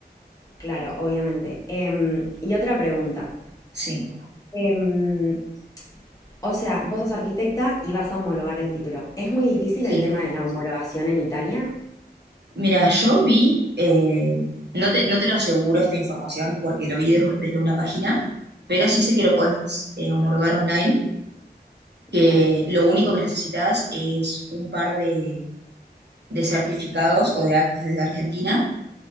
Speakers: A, on the left (about 20°); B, on the right (about 75°).
A: claro, obviamente. Em, y otra pregunta.
B: Sí,
A: Em, o sea, vos sos arquitecta y vas a homologar el título. ¿Es muy difícil
B: sí.
A: el tema de la homologación en Italia?
B: Mira, yo vi, eh, no te, no te lo aseguro esta información porque lo vi desde desde una página, pero sí sé que lo puedes eh, homologar online que
A: Bien.
B: lo único que necesitas es un par de, de certificados o de actas desde Argentina.